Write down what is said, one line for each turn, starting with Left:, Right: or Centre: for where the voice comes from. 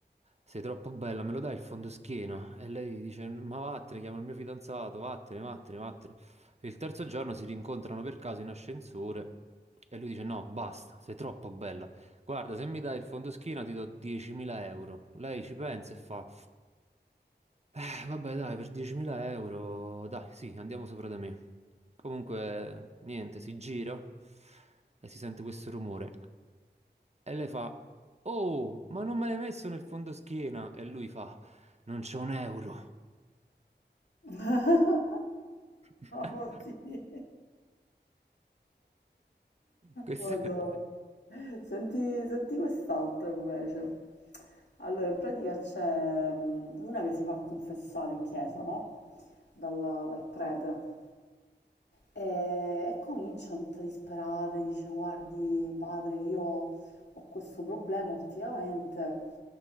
Right: Sei troppo bella, me lo dai il fondoschiena? E lei dice: Ma vattene, chiama il mio fidanzato, vattene, vattene, vattene. Il terzo giorno si rincontrano per caso in ascensore e lui dice: No, basta, sei troppo bella. Guarda, se mi dai il fondoschiena ti do 10.000 euro. Lei ci pensa e fa: "Eh, Vabbè, dai, per 10.000 euro, dai, sì, andiamo sopra da me. Comunque, niente, si gira e si sente questo rumore. E lei fa, Oh, ma non me l'hai messo nel fondoschiena? E lui fa, Non c'è un euro.
Left: <laughs>
Right: <laughs>
Left: Oddio.
Right: Questo
Left: Madò.
Right: è...
Left: Senti, senti quest'altra invece. Allora, in pratica c'è mm, una che si va a confessare in chiesa, no? Dalla- dal prete. E, e comincia tutta disperata, dice: Guardi, padre, io ho questo problema ultimamente